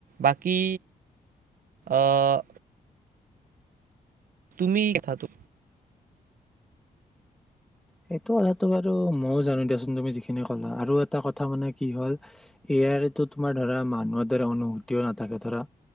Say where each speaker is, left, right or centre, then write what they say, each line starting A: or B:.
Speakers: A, on the right (about 70°); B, in the centre.
A: বাকী আহ তুমি দে খাতো
B: সেইটো কথাটো বাৰু মইও জানো দিয়াচোন তুমি যিখিনি ক'লা আৰু এটা কথা মানে কি হল এয়াইতো তোমাৰ ধৰা মানুহৰ দৰে অনুভূতিও নাথাকে ধৰা